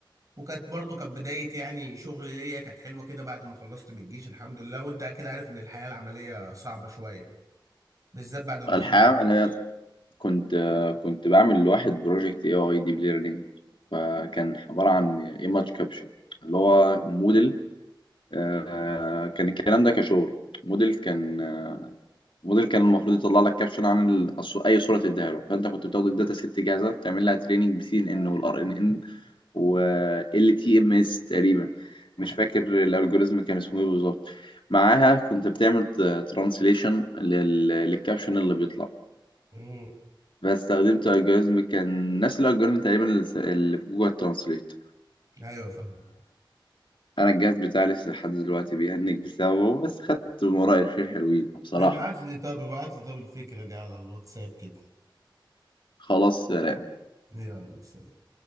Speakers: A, on the right; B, on the left.
A: وكانت برضو كانت بداية يعني شغل ليا كانت حلوة كده بعد ما خلصت من الجيش الحمد لله وانت اكيد عارف ان الحياة العملية صعبة شوية بالذات بعد ما
B: الحقيقه
A: تخلص جيش
B: انا كنت كنت بعمل لواحد بروجكت اي اي ديب ليرنينج فكان عباره عن ايماج كابشر اللي هو موديل آه، كان الكلام ده كشغل موديل كان آه، موديل كان المفروض يطلع لك كابشن عن ال- الص- اي صوره تديها له فانت كنت بتاخد الداتا ست جاهزه تعمل لها تريننج بسي ان ان والار ان ان وال تي ام اس تقريبا مش فاكر الالجوريزم كان اسمه ايه بالظبط معاها كنت بتعمل ترانسليشن للكابشن اللي بيطلع
A: امم
B: فاستخدمت الجوريزم كان نفس الالجوريزم تقريبا اللي س- اللي في جوجل ترانسليت
A: ايوه فاهم
B: انا الجهاز بتاعي لسه لحد دلوقتي بيهنج بسببه بس خدت من ورايا شويه حلوين بصراحه
A: ابعت لي طب ابعت لي طب الفكرة دي على الواتساب كده
B: خلاص
A: يلا سلام